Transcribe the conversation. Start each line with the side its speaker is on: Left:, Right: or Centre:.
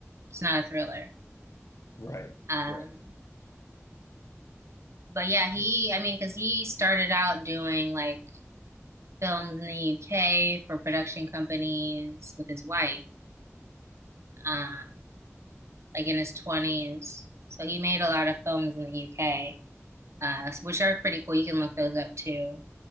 Right: It's not a thriller.
Left: Right.
Right: Um,
Left: Right.
Right: but yeah, he,
Left: Yeah.
Right: I mean, because he started out doing like films in the UK for production companies with his wife, um, like in his 20s. So he made a lot of films in the UK, uh, which are pretty cool. You can look those up too.